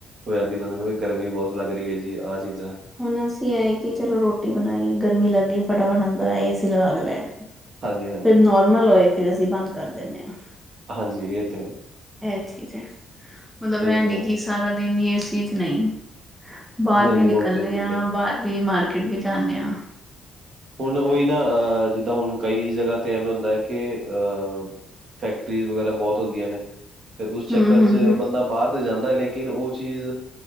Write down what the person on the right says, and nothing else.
ਹੋ ਜਾਂਦੀ, ਬੰਦੇ ਨੂੰ ਗਰਮੀ ਬਹੁਤ ਲੱਗ ਰੀ ਐ ਜੀ, ਆਹ ਚੀਜ਼ਾਂ
ਹਾਂਜੀ, ਹਾਂਜੀ,
ਹਾਂਜੀ, ਇਹ ਤੇ ਹੈ।
ਇਹ ਤੇ
ਹੈ।
ਨਹੀਂ,
ਨਹੀਂ
ਉਹ ਤੇ ਠੀਕ
ਹੈ।
ਹੁਣ ਔਈ ਨਾ ਅਹ ਜਿੱਦਾਂ ਹੁਣ ਕਈ ਜਗ੍ਹਾ ਤੇ ਐਵੇਂ ਹੁੰਦਾ ਏ ਕੇ ਅਹ ਫੈਕਟਰੀਜ਼ ਵਗੈਰਾ ਬਹੁਤ ਹੁੰਦੀਆਂ ਨੇ। ਫੇਰ ਉਸ ਚੱਕਰ
'ਚ
ਬੰਦਾ ਬਾਹਰ ਤੇ ਜਾਂਦਾ ਲੇਕਿਨ ਉਹ ਚੀਜ਼,